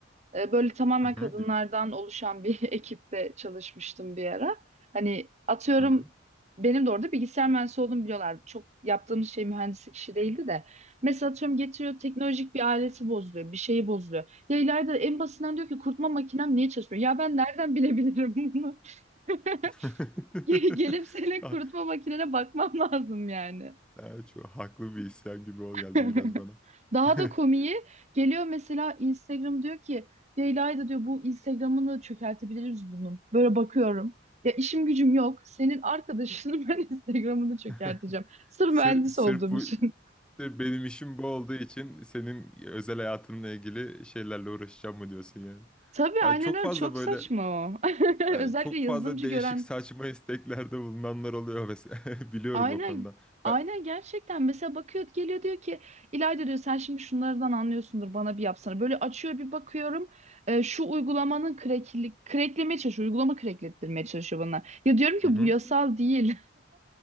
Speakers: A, on the right; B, in the centre.
A: E, Böyle tamamen
B: Hı hı,
A: kadınlardan
B: dinliyorum.
A: oluşan bir <laughs> ekipte çalışmıştım bir ara. Hani atıyorum
B: Hı hı.
A: benim de orada bilgisayar mühendisi olduğumu biliyorlar. Çok yaptığımız şey mühendislik işi değildi de. Mesela atıyorum getiriyor teknolojik bir aleti bozuluyor. Bir şeyi bozuluyor. Ya ileride en basitinden diyor ki kurutma makinem niye çalışmıyor? Ya ben nereden bilebilirim bunu? <laughs>
B: <laughs>
A: Gelip senin
B: Ah,
A: kurutma makinene bakmam <laughs> lazım yani.
B: ah, Çok haklı bir isyan gibi o
A: <laughs>
B: geldi biraz bana.
A: Daha
B: <laughs>
A: da komiği geliyor mesela Instagram diyor ki Leyla'yı diyor bu Instagram'ını çökertebiliriz bunun. Böyle bakıyorum. Ya işim gücüm yok. Senin arkadaşının <laughs> ben Instagram'ını çökerteceğim.
B: <laughs>
A: Sırf
B: Sır,
A: mühendis
B: sırf
A: olduğum
B: bu
A: için. <laughs>
B: sırf benim işim bu olduğu için senin özel hayatınla ilgili şeylerle uğraşacağım mı diyorsun yani?
A: Tabii
B: Yani
A: aynen
B: çok
A: öyle.
B: fazla
A: Çok
B: böyle
A: saçma o. <laughs>
B: yani
A: Özellikle
B: çok
A: yazılımcı
B: fazla değişik
A: gören
B: saçma <laughs> isteklerde bulunanlar oluyor mesela. <laughs> Biliyorum
A: Aynen
B: o konuda.
A: aynen
B: Ben-
A: gerçekten mesela bakıyor geliyor diyor ki İlayda diyor sen şimdi şunlardan anlıyorsundur bana bir yapsana. Böyle açıyor bir bakıyorum e, şu uygulamanın krekli, kreklemeye çalışıyor uygulama kreklettirmeye çalışıyor bana. Ya diyorum ki
B: Hı hı.
A: bu yasal değil.